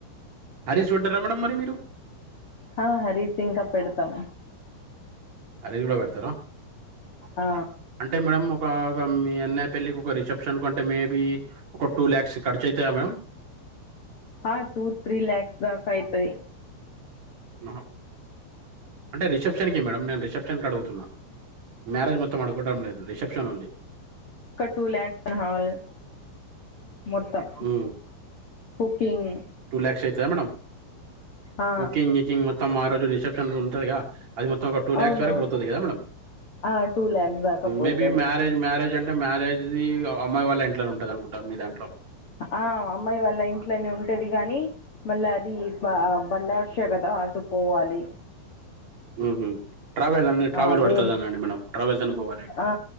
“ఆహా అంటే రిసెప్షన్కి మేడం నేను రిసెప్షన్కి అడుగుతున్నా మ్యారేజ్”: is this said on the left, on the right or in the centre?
Right